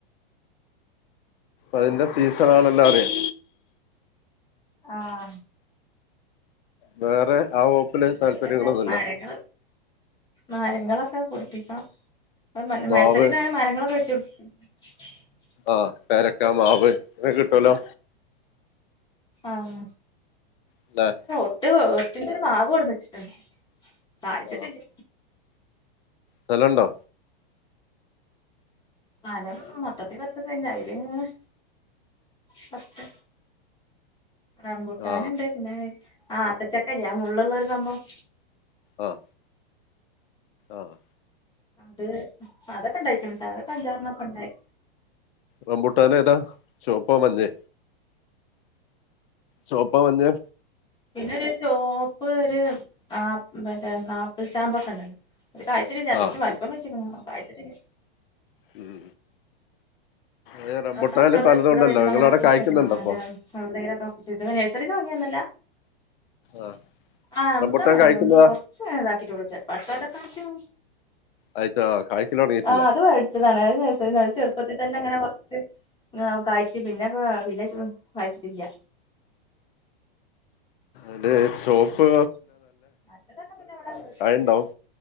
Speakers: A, on the left; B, on the left.
A: അതിന്റെ സീസണ ആണെല്ലാം അറിയാം
B: ആഹ
A: വേറെ ആ വകുപ്പില്
B: അക്കെ
A: താല്പര്യങ്ങളൊന്നുല്ല
B: മരങ്ങ മരങ്ങളൊക്കെ കുടിപ്പിക്കണം
A: മാവ്
B: മൈസറിന്ന് മരങ്ങളൊക്കെ വെച്ച <unintelligible>
A: ആഹ പേരക്ക മാവ് ഇങ്ങൊെ കിട്ടുവലോ
B: ആഹ
A: അല്ലെ
B: <inaudible> പിന്റെ ഒരു നാാവോടന്ന് വെച്ചിട്ടുണ്ട് ആചരില്ല
A: ആ സ്ഥലണ്ടോ
B: പനം മൊട്ടത്തി പത്തത്തിന്റൊയിരും ഇങ്ങനെ പത്ത് റമ്പുട്ടാൻ
A: ആ
B: ഉണ്ട് പിന്നെ ആ അത്തച്ചക്ക ഞാൻ മുള്ളുള്ള സംഭവം
A: ആഹാ ആഹ്
B: അത് അതൊക്കെണ്ടായിക്ക്ണ് ട്ടാ അതൊക്കെ അഞ്ചാറെന്നൊക്കെ ഇണ്ടായി
A: റംബുട്ടാന് ഏതാ ചോപ്പൊ മഞെ ചോപ്പ മഞെ
B: പിന്നൊരു ചോപ്പ് ഒരു ആഹ് മറ്റേ ആപ്പിൾ ചാമ്പക്കെണ്ടല്ലോ ഒരാഴ്ചിരുന്ന അത്യാവശ്യം
A: ആ
B: വൽപം വെചുകുണൂ പഴ്ച്ചിട്ടില്ല
A: ഉം ഏ, റംബൂട്ടാനില്
B: അതാ മറ്റാള്
A: പലതും
B: ഇവ്ടെ
A: ഉണ്ടല്ലോ
B: വരുമ്പൊങ്ങന
A: നിങ്ങളവിടെ
B: കുഴിച്ച്ട്ണാണ്
A: കായ്ക്കുന്നുണ്ടോ
B: മറ്റ
A: ഇപ്പൊ
B: എവിടെന്നെങ്കിലൊക്കെ ഒപ്പിച്ചിട്ട് നൈസരീന്ന് വാ ങ്ങിന്നൊല്ല
A: ആ
B: ആഹബുട്ടാൻ
A: റംബൂട്ടാൻ കായ്ക്കുന്നതാ
B: ഒ കൊറച്ച്ങ താക്കിട്ടൊള്ളു ചെൽപ്പ അട്ത്ത കൊല്ലക്കായിട്ട്
A: ആയിട്ട് ആ കായ്ക്കൽ തുടങ്ങിയിട്ടില്ല
B: ആ അത് വേടിച്ചതാണ് അത് നൈസരീന്ന് വേ ചെറുപ്പത്തി തന്നെ ങ്ങനെ പറിച്ച് ആ കഴ്ച്ച് പിന്നെപാ പിന്നെ ഉം വായിച്ചിട്ടില്ല
A: അതേ സോപ്പ്
B: മറ്റതൊക്കെ പിന്നെവ്ടെ വീട്ട്ന്നെന്നെ
A: ഉണ്ടാവും